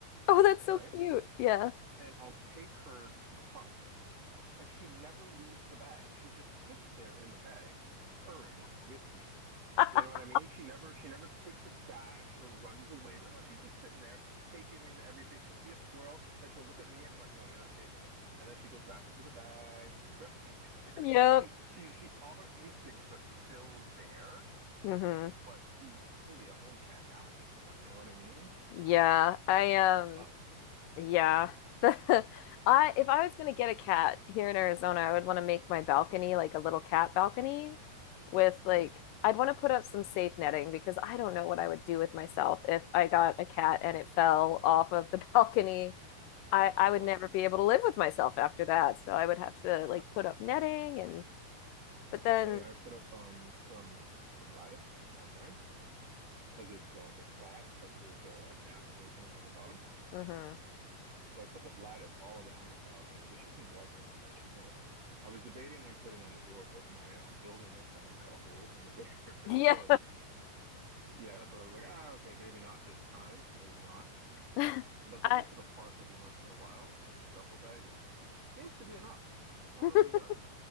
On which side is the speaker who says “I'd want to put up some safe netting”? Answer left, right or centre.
Left